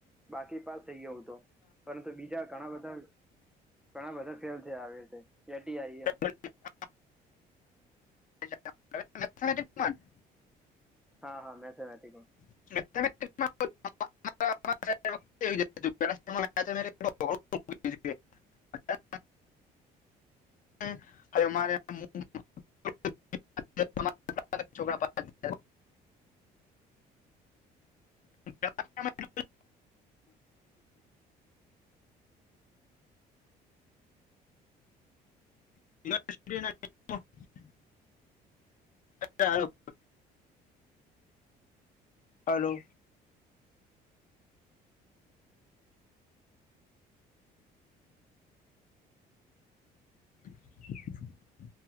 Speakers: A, in the centre; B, on the left.
A: બાકી પાસ થઈ ગયો તો પરંતુ બીજા ઘણા બધા ઘણા બધા ફેલ થયા આવી રીતે એટી આઈ એમ
B: <unintelligible> <unintelligible>
A: હા હા મેથેમેટિકમાં
B: <inaudible> <inaudible> <inaudible> <inaudible> <inaudible> <inaudible> હલો <inaudible>